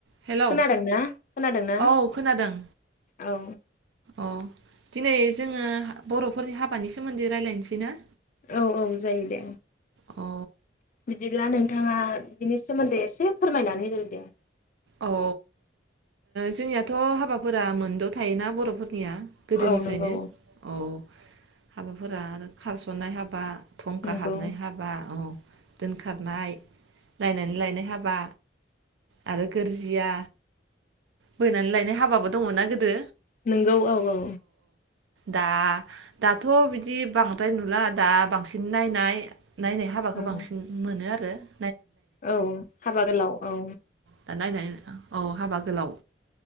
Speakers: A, on the right; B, on the left.
A: हेलौ
B: खोनादोंना खोनादोंना?
A: औ खोनादों
B: औ
A: औ दिनै जोङो बर'फोरनि हाबानि सोमोन्दै रायज्लायनोसै ना?
B: औ औ जायो दे।
A: औ
B: बिदिब्ला नोंथाङा बिनि सोमोन्दै एसे फोरमायनानै होदो दे।
A: औ ओ जोंनियाथ' हाबा फोरा मोनद' थायोना? बर'फोरनिया गोदोनिफ्रायनो
B: औ नंगौ
A: औ। हाबाफोरा आरो खारस'ननाय हाबा। थंखा
B: नंगौ
A: हाबनाय हाबा औ दोनखारनाय नायनानै लायनाय हाबा आरो गोरजिया बोनानै लायनाय हाबाबो दंङ ना गोदो
B: नोंगौ औ औ।
A: दा दाथ बिदि बांद्राय नुला दा बांसिन नायनाय नायनाय हाबाखौ
B: औ
A: बांसिन मोनो आरो बे
B: औ हाबा गोलाव औ
A: दा नायनाय औ हाबा गोलाव